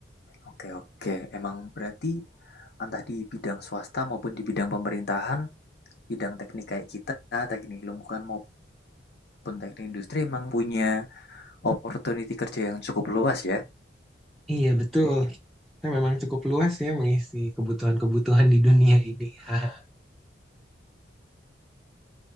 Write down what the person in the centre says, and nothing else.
Iya
betul. Kita memang cukup luas ya mengisi kebutuhan-kebutuhan di dunia ini. <laughs>